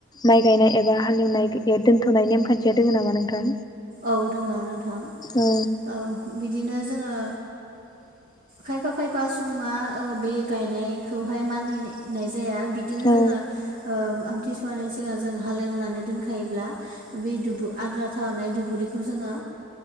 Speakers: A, on the left; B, on the right.
A: माइ गायनाय एबा हालेवनाय दोनथ'नाय नेमखान्थिया दङ नामा नोंथां?
B: औ दोङ नोंथां
A: औ
B: औ बिदिनो जोङो। खायफा खायफा सुबुङा बे गायनायखौहाय मानिनाय जाया बिदिनो
A: औ
B: जोङो आमथिसुवानि सिगां जों हालेवनानै दोनखायोब्ला बे दुबु आद्रा थानाय दुब बेखौ जोङो